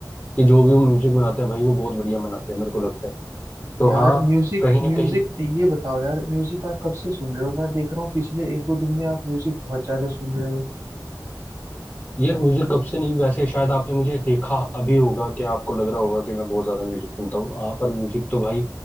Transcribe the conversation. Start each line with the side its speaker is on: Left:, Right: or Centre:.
Left: कि जो भी वो म्यूजिक बनाते हैं भाई वो बहुत बढ़िया बनाते हैं मेरे को लगता है तो
Right: यार
Left: हाँ
Right: म्यूजिक
Left: कहीं ना
Right: म्यूजिक
Left: कहीं
Right: ये बताओ यार म्यूजिक आप कब से सुन रहे हो मैं देख रहा हूँ पिछले एक दो दिन में आप म्यूजिक बहुत ज्यादा सुन रहे हो
Left: यार म्यूजिक कब से नहीं वैसे शायद आपने मुझे देखा अभी होगा कि आपको लग रहा होगा कि मैं बहुत ज्यादा म्यूजिक सुनता हूँ हाँ पर म्यूजिक तो भाई